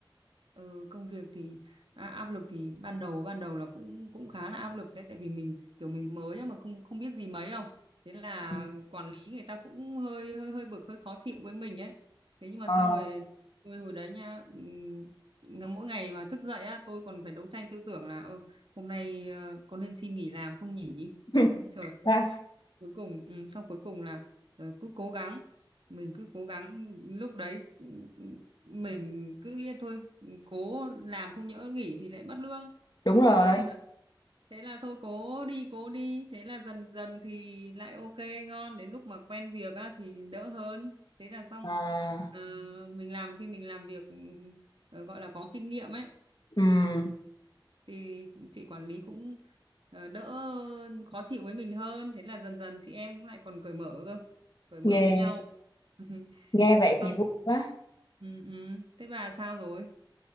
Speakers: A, on the right; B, on the left.
A: ừ, công việc thì à, áp lực thì ban đầu ban đầu là cũng cũng khá là áp lực đấy tại vì mình kiểu mình mới á mà không không biết gì mấy không thế là
B: Ừ.
A: quản lý người ta cũng hơi hơi hơi bực hơi khó chịu với mình ấy thế nhưng mà
B: ờ,
A: xong rồi hồi hồi đấy nha ừm, ngà- mỗi ngày mà thức dậy á tôi còn phải đấu tranh tư tưởng là "Ơ, hôm nay ờ, có nên xin nghỉ làm không nhỉ
B: <laughs>
A: <laughs> trời
B: ra-
A: cuối cùng ừ, sau cuối cùng là ờ, cứ cố gắng mình cứ cố gắng lúc đấy ừ, ừ, mình cứ nghĩ là thôi ừ, cố làm không nhỡ nghỉ thì lại mất lương
B: đúng rồi
A: thì nghĩ là thế là thôi cố đi cố đi thế là dần dần thì lại ok ngon đến lúc mà quen việc á, thì đỡ hơn thế là xong
B: à,
A: Ờ, mình làm khi mình làm việc ừ, ờ, gọi là có kinh nghiệm ấy
B: ừm,
A: thì chị quản lý cũng ờ, đỡ khó chịu với mình hơn thế là dần dần chị em cũng lại còn cởi mở cơ cởi mở
B: nghe
A: với nhau <laughs>
B: nghe vậy
A: xong
B: thì vui quá
A: ừ, ừ. thế bà sao rồi